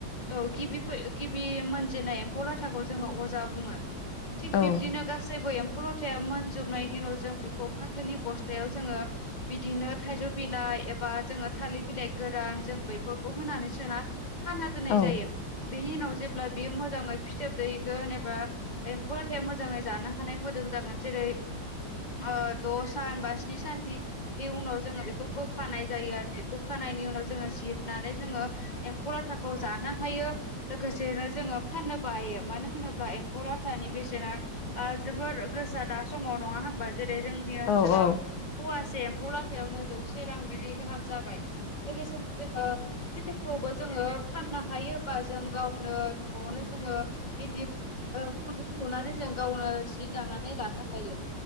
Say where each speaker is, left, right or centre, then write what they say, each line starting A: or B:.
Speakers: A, on the left; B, on the left.
A: औ गिबि फै गिबि मोनजेनाय एम्फौ लाथाखौ जोङो अजा बुङो। थिग
B: औ
A: बिब्दिनो गासैबो एम फौ लाथाया मोनजोबनायनि उनाव जों बेखौ फाथोनि बस्थायाव जोङो बिदिनो थाइजौ बिलाइ एबा जोङो थालिर बिलाइ गोरान जों बेैफोरखौ होनानै सोना खाना दोननाय
B: औ
A: जायो बेनि उनाव जेब्ला बियो मोजाङै फिथोब दैगोन एबा एम्फौ लाथाया मोजाङै जानो हानाय मोदोम जागोन जेरै ओ द' सान बा स्नि साननि <unintelligible> उनाव जोङो बेखौ बोखानाय जायो आरोखि बोखानायनि उनाव जोङो जिरनानै जोङो एम्फौ लाथाखौ जानो हायो लोगोसेनो जोङो फाननोबो हायो मानो होनोब्ला बा एम्फौ लाथानि बेसेना जोबोर गोसा दा समाव नङा होनबा? जेरै जोंनि ओनसोलाव
B: औ
A: फवासे एम्फौ लाथायावनो जौसे रां बिदि गाहाम जाब बाय जोंनि समाव जोङो। फिथोखौबो जोङो फाननो हायोबा जों गावनो न'आवनो जोङो इदि खुन्दुं लुनानै जों गावनो जि दानानै लानो हायो।